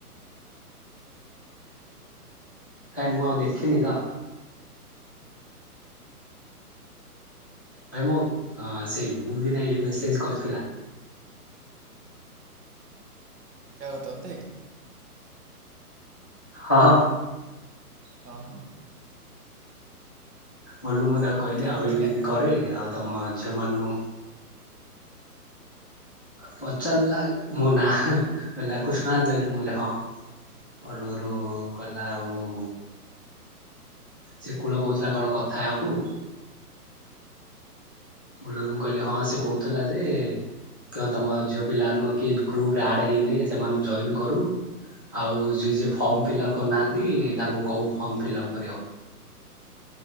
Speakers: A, on the left; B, on the right.
A: କାଇଁ ମୁଁ ଆଉ ଦେଖିନି ତ। ଭାଇ ମୁଁ ଆ ସେଇ <unintelligible> ନା ମେସେଜ କରିଥିଲା।
B: କାହାକୁ ତତେ?
A: ହଁ।
B: ହଁ ହଁ।
A: ଗଲୁ ମ ତାକୁ କହିଲି
B: କେଉଁ
A: ଆଉ
B: କହିଲା?
A: ଏମତି ଏମତି କରେ ଆଉ ତମ ଜମାନୁ ପଚାରିଲା ମୋ ନାଁ କିହିଲା କୃଷ୍ଣା ଆନ୍ତ ମୁଁ କହିଲି ହଁ ଅଲରୁ କହିଲା ଆଉ ସେ କୂଳ କହୁଥିଲା କଣ କଥା ହବାକୁ ବୋଲରୁ ମୁ କହିଲି ହଁ ସେ କହୁଥିଲା ଯେ କଣ ତୁମ ଝିଅ ପିଲାମାନ କିଏ ଗ୍ରୁପରେ ଆଡ଼୍ ହେଇନି ସେମାନଙ୍କୁ ଜଏନ୍ କରୁ ଆଉ ଯିଏ ଯିଏ ଫର୍ମ ଫିଲ୍ଅପ୍ କରୁନାହାନ୍ତି ତାଙ୍କୁ କହୁ ଫର୍ମ ଫିଲ୍ଅପ୍ କରିବାକୁ।